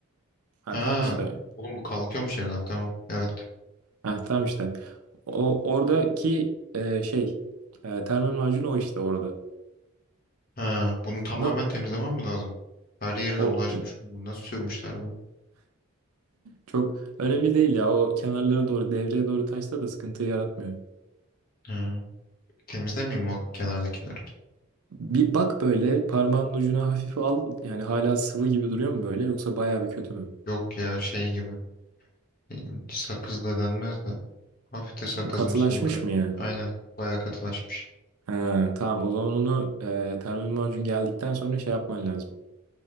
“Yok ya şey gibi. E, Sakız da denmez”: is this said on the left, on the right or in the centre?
Left